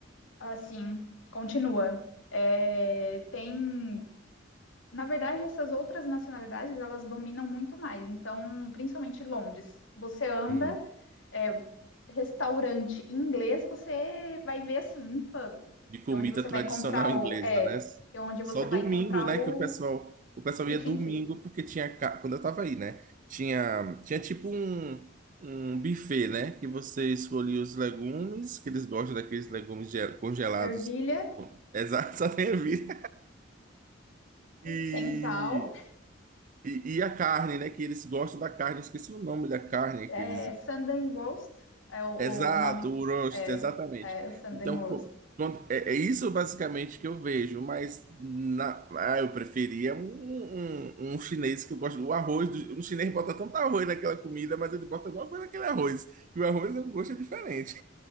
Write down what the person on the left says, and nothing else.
Assim, continua. É, tem, na verdade, essas outras nacionalidades, elas dominam muito mais. Então, principalmente Londres, você anda,
é, restaurante em inglês, você vai ver assim, um pub,
que é onde você
vai encontrar o,
é,
que é onde você
vai encontrar
o
fish
and chip.
Ervilha
sem sal,
é,
Sunday roast, é o,
o nome,
é,
é o Sunday
roast.